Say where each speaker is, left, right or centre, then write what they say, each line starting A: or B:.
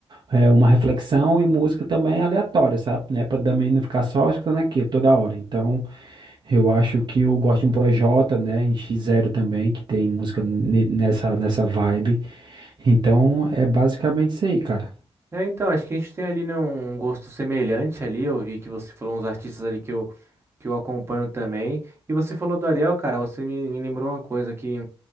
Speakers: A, on the right; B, on the right.
A: é, uma reflexão e música também aleatória, sabe? Né? Pra também não ficar só escutando aquilo toda hora. Então eu acho que eu gosto de um Projota, né? N X zero também, que tem música ne- nessa, nessa vibe. Então é basicamente isso aí, cara.
B: É, então, acho que a gente tem ali, né, um gosto semelhante ali. Eu vi que você falou uns artistas ali que eu, que eu acompanho também. E você falou do Ariel, cara, você me, me lembrou uma coisa aqui.